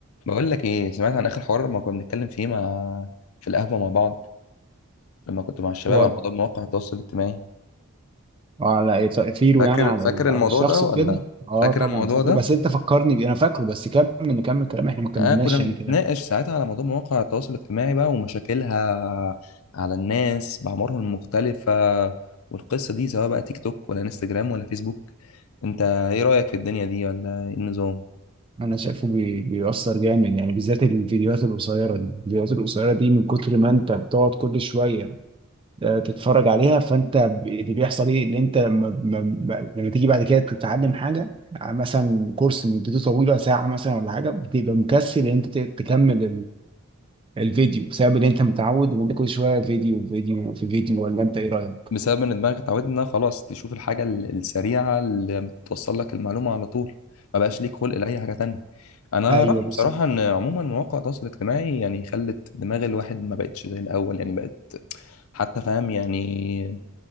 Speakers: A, on the left; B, on the right.
A: بقول لك ايه سمعت عن اخر حوار ما كنا بنتكلم فيه مع في القهوه مع بعض لما كنت مع الشباب
B: هو
A: على موضوع مواقع التواصل الاجتماعي
B: اه لا تأثيره
A: فاكر
B: يعني على
A: فاكر
B: ال-
A: الموضوع
B: على الشخص
A: ده ولا
B: وكده اه
A: فاكر
B: طبعا
A: الموضوع
B: فاكره
A: ده
B: بس انت فكرني بيه انا فاكره بس كمل نكمل كلام احنا ما كملناش
A: اه كنا بنتناقش
B: يعني كده
A: ساعتها على موضوع مواقع التواصل الاجتماعي بقى ومشاكلها على الناس بأعمارهم المختلفه والقصه دي سواء بقى تيك توك ولا انستجرام ولا فيسبوك انت ايه رأيك في الدنيا دي ولا ايه النظام
B: انا شايفه بي... بيأثر جامد يعني بالذات الفيديوهات القصيرة دي الفيديوهات القصيرة دي من كتر ما انت بتقعد كل شوية آه، تتفرج عليها فانت ب- اللي بيحصل ايه ان انت لما لما لما تيجي بعد كده تتعلم حاجة آه، مثلا كورس مدته طويلة ساعة مثلا ولا حاجة بتبقى مكسل ان انت ت- تكمل الفيديو بسبب ان انت متعود ان انت كل شويه فيديو فيديو في فيديو ولا انت ايه رايك؟
A: بسبب ان دماغك اتعودت انها خلاص تشوف الحاجه ال- السريعه اللي بتوصل لك المعلومه على طول ما بقاش ليك خلق لاي حاجه تانية انا
B: ايوه
A: رايي
B: بالظبط
A: بصراحه ان عموما مواقع التواصل الاجتماعي يعني خلت دماغ الواحد ما بقتش زي الاول يعني بقت حتى فاهم يعني